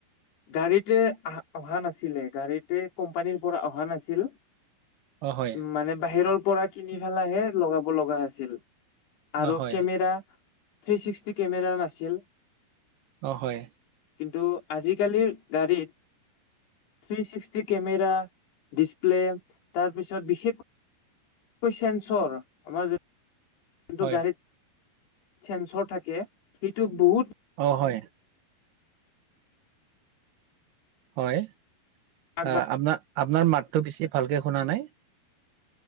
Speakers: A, on the left; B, on the right.
A: গাড়ীতে অহা নাছিলে, গাড়ীতে কোম্পানীৰ পৰা অহা নাছিল।
B: অ' হয়,
A: মানে বাহিৰৰ পৰা কিনি পেলাহে লগাব লগা হৈছিল। আৰু
B: অ' হয়,
A: কেমেৰা থ্ৰী ছিক্সটি কেমেৰা নাছিল।
B: অঁ হয়।
A: কিন্তু আজিকালিৰ গাড়ীত থ্ৰী ছিক্সটি কেমেৰা, ডিচপ্লে তাৰপিছত বিশেষ কৈ চেঞ্চৰ আমাৰ যে যোনটো
B: হয়,
A: গাড়ীত
B: হয়।
A: চেঞ্চৰ থাকে সেইটো বহুত
B: অ' হয়। হয়,
A: আগবাঢ়ি
B: আ আপোনাৰ আপোনাৰ মাতটো বেছি ভালকে শুনা নাই।